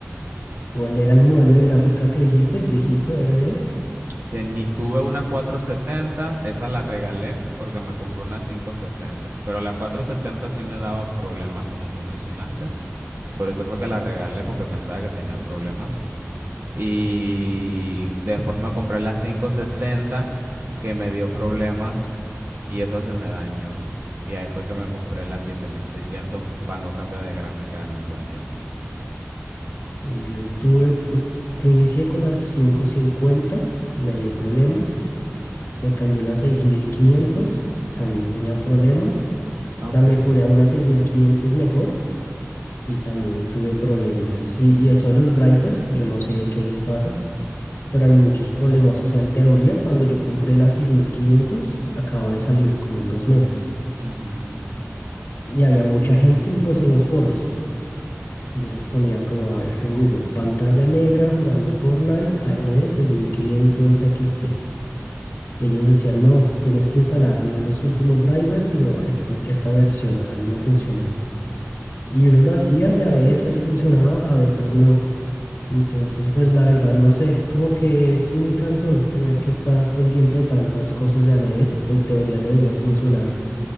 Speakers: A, on the left; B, on the right.
A: ¿Cuál era el modelo de gráfica que dijiste, el viejito de AMD?
B: Teni- tuve una cuatrocientos setenta esa la regalé porque me compré una quinientos sesenta pero la 470 sí me daba problemas como tú mencionaste, por eso fue que la regalé porque pensaba que tenía problemas. Y después me compré la 560 que me dio problemas y esa se me dañó. Y ahí fue que me compré la 7600 para no cambiar de gráfica en un buen tiempo.
A: Yo tuve, fu- yo inicié con las quinientos cincuenta me dio problemas. Me cambié una seis mil quinientos también tenía problemas.
B: Ok.
A: La mejoré a una 6500 mejor y también tuve problemas. Sí, y eso de los drivers, yo no sé qué les pasa. pero hay muchos problemas. O sea, en teoría, cuando yo compré la 6500, acababa de salir como dos meses.
B: Ujú.
A: Y había mucha gente, pues, en los foros. Yo les ponía como, a ver, en Google, pantalla negra jugando Fortnite AMD 6500 XT. Y ellos decían, no, tienes que instalar no los últimos drivers, sino estos, esta versión. A mí me funcionó. Y uno lo hacía y a veces funcionaba, a veces no. Entonces, pues la verdad no sé, como que es muy cansón tener que estar pendiente de tantas cosas de AMD. En teoría debería funcionar